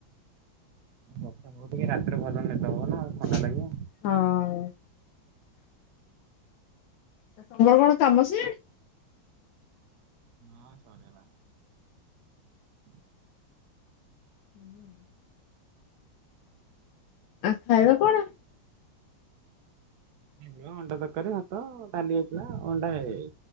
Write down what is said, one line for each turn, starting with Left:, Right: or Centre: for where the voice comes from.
Right: ହଁ ବର୍ଷା ହଉ ଟିକେ ରାତିରେ ଭଲ ନିଦ ହବନା ଆଉ
Left: ହଁ।
Right: ଥଣ୍ଡା ଲାଗିବ।
Left: ତମର କଣ କାମ ସଇଲାଣି?
Right: ହଁ ସରିଗଲା। ହ
Left: ହୁଁ ଆଉ ଖାଇବା କଣ?
Right: ଖାଇବା ଅଣ୍ଡା ଦରକାରୀ ଭାତ ଡାଲି ହୋଇଥିଲା ଅଣ୍ଡା ହେଇଯାଇ